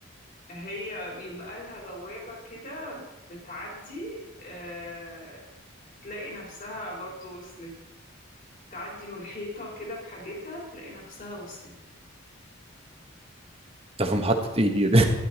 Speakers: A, on the left; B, on the right.
A: هي بيبقى لها بوابة كده بتعدي آه، تلاقي نفسها برضو وصلت تعدي من الحيطة كده بحاجتها تلاقي نفسها وصلت
B: ده في محطة ايه دي <laughs> ده